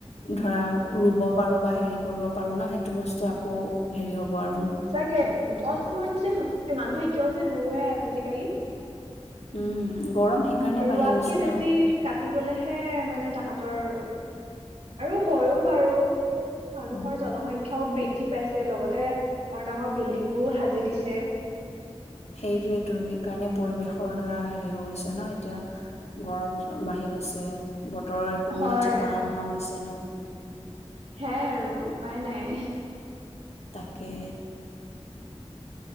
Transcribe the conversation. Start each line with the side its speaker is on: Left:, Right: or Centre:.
Left: ধৰা ৰুব পাৰো বা হেৰি কৰিব পাৰো ন সেইটো বস্তু আ হেৰি হ'ব বাৰণ
Right: সঁচাকে গছবোৰ যে সঁচাক মানুহে কিয় যে নৰুৱে আজিকালি
Left: উম গৰম সেইকাৰণে
Right: ৰোৱাতকে
Left: বাঢ়ি গৈছে ন
Right: বেছি কাটিবলেহে মানে তাহত ৰ আৰু হয়ো বাৰু মানুহৰ
Left: উম
Right: জনসংখ্যা শাও বৃদ্ধি পাইছে লগতে ডাঙৰ ডাঙৰ বিল্ডিংবোৰো সাজি দিছে
Left: সেইটোয়েতো সেইকাৰণে পৰিৱেশৰ ধৰা হেৰি হৈ গৈছে ন এতিয়া গৰম বাঢ়ি গৈছে বতৰৰ একো
Right: হয়
Left: মানে ঠিকনা নোহোৱা হৈছে ন
Right: সে আৰু উপায় নাই
Left: তাকে